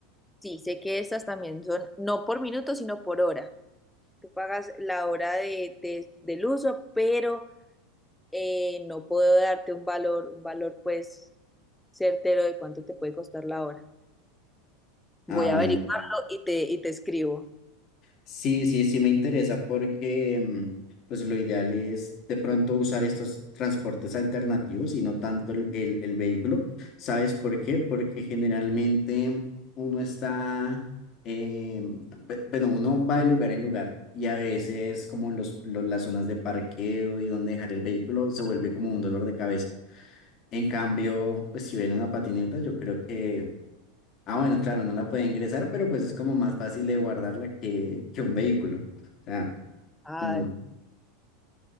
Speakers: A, in the centre; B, on the left (about 40°).
A: Sí, sé que estas también son no por minuto, sino por hora. tú pagas la hora de, de- del uso, pero eh, no puedo darte un valor, un valor pues certero de cuánto te puede costar la hora. Voy
B: Ah, bueno,
A: a averiguarlo y te, y te escribo.
B: Sí, sí, sí me interesa porque mm, pues lo ideal es de pronto usar estos transportes alternativos y no tanto el, el- el vehículo. ¿Sabes por qué? Porque generalmente uno está, eh, pe- bueno, uno va de lugar en lugar y a veces como los, los- las zonas de parqueo y donde dejar el vehículo se vuelve como un dolor de cabeza. En cambio, pues si ven una patineta, yo creo que Ah, bueno, claro, no la puede ingresar, pero pues es como más fácil de guardarla que, que un vehículo. O sea,
A: Ah,
B: no.